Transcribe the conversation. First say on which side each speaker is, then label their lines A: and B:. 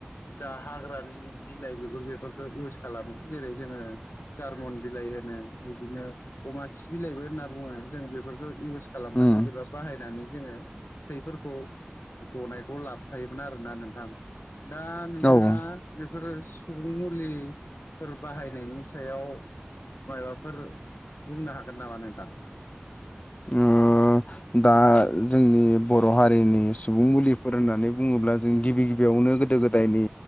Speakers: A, on the left (about 90°); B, on the left (about 35°).
A: जा हाग्रानि बिलाइ बिगुर बेफोरखौ इउस खालामो जेरै जोङो जार्मन बिलाइ होनो बिदिनो अमा खि बिलाइबो होनना बुङो जों बेफोरखौ इउस खालामनानै
B: उम
A: एबा बाहायनानै जोङो थैफोरखौ गनाय बे लाबथायोमोन आरोना नोंथां दा नोंथाङा
B: औ
A: बेफोरो सुबुं मुलिफोर बाहायनायनि सायाव मायबाफोर बुंनो हागोन नामा नोंथां
B: ओ दा जोंनि बर' हारिनि सुबुं मुलिफोर होननानै बुङोब्ला जों गिबि गिबियावनो गोदो गोदाय जायनि